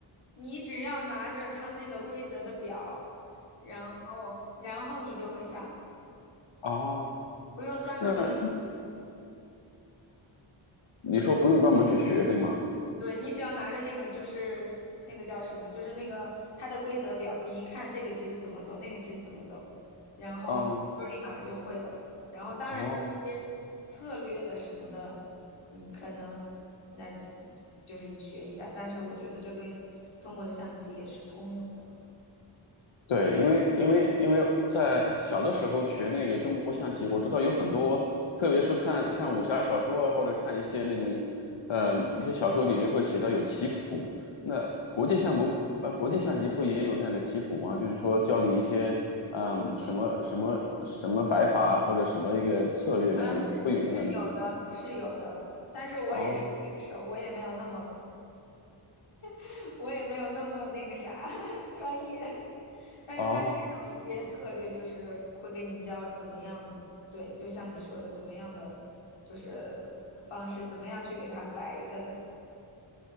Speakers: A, on the left; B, on the left.
A: 你只要拿着它那个规则的表，然后然后你就会下，
B: 哦？
A: 不用专门去。
B: 那你说不用专门去学，对吗？
A: 对，你只要拿着那个就是那个叫什么，就是那个它的规则表，你一看这个棋子怎么走，那个棋子怎么走，然后就立马就会了。
B: 嗯
A: 然后当然一些策略的什么的，
B: 哦
A: 你可能那就就是你学一下，但是我觉得这跟中国的象棋也是通用的。
B: 对，因为因为因为在小的时候学那个中国象棋，我知道有很多，特别是看看武侠小说啊，或者看一些那种，呃，一些小说里面会写到有棋谱。那国际象不，呃，国际象棋会也有这样的棋谱吗？就是说教你一些，嗯、什么什么什么摆法啊，或者什么一个策略这样的，
A: 嗯，是是有的，
B: 会有这样的书。
A: 是有的，但是我也是新手，
B: 哦
A: 我也没有那么，<laughs> 我也没有那么那个啥 <laughs> 专业，但是他是有一些策略，
B: 哦
A: 就是会给你教怎么样，对，就像你说的，怎么样的就是方式，怎么样去给他摆一个，